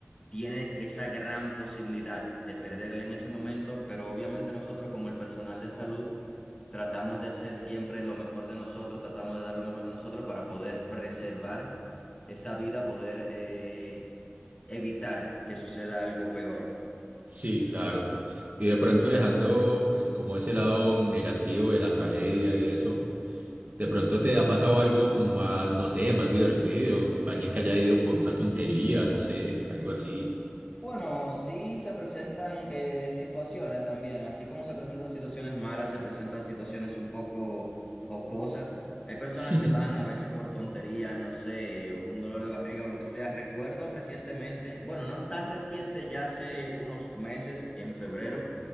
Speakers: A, on the left; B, on the right.
A: tiene esa gran posibilidad de perderle en ese momento, pero obviamente nosotros como el personal de salud tratamos de hacer siempre lo mejor de nosotros, tratamos de dar lo mejor de nosotros para poder preservar esa vida, poder eh, evitar que suceda algo peor.
B: Sí, claro. Y de pronto dejando, pues, como ese lado negativo de la tragedia y eso, de pronto te ha pasado algo como más, no sé, más divertido, alguien que haya ido por una tontería, no sé, algo así.
A: Bueno, sí se presentan eh, situaciones también, así como se presentan situaciones malas, se presentan situaciones un poco jocosas. Hay personas
B: <laughs>
A: que van a veces por tonterías, no sé, un dolor de barriga o lo que sea. Recuerdo recientemente, bueno, no es tan reciente, ya hace unos meses, en febrero,